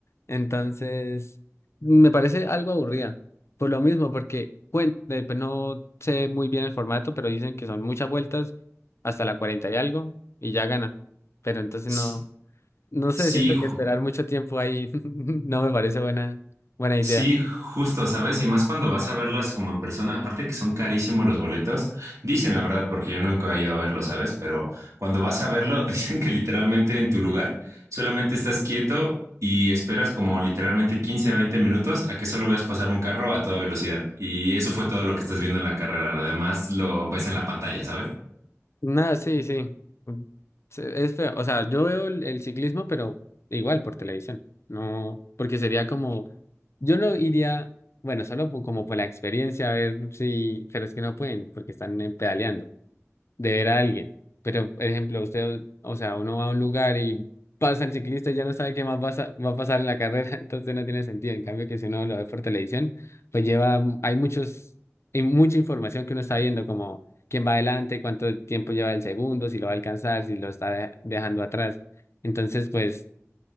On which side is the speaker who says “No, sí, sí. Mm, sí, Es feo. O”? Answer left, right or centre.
Left